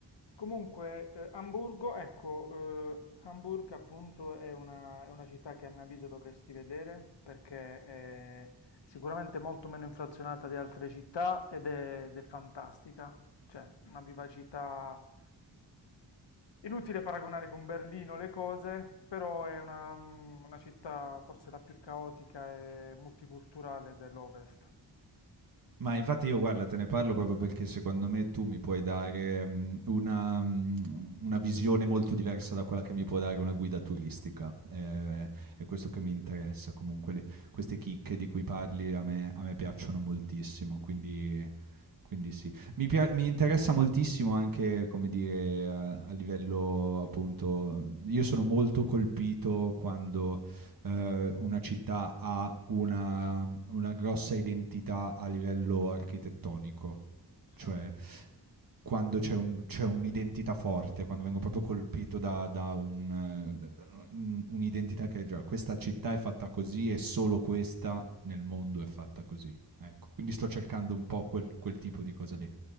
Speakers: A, on the left; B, on the right.
A: Comunque, eh, Amburgo, ecco, eh, Hamburg appunto è una, è una città che a mio avviso dovresti vedere perché è sicuramente molto meno inflazionata di altre città ed è, ed è fantastica. Cioè, una vivacità inutile paragonare con Berlino le cose, però è una, una città forse la più caotica e multiculturale dell'Ovest.
B: Ma infatti io guarda, te ne parlo proprio perché secondo me tu mi puoi dare, mhmm, una mhmm, una visione molto diversa da quella che mi può dare una guida turistica. Ehm, è questo che mi interessa. Comunque le queste chicche di cui parli a me a me piacciono moltissimo, quindi Quindi sì, mi, pia- mi interessa moltissimo anche, come dire, a, a livello appunto, io sono molto colpito quando eh, una città ha una, una grossa identità a livello architettonico,
A: Sì.
B: cioè quando c'è, un- c'è un'identità forte, quando vengo proprio colpito da, da un, eh, da- da un- un'identità che è già questa città è fatta così e solo questa nel mondo è fatta così. Ecco, quindi sto cercando un po' quel quel tipo di cosa lì.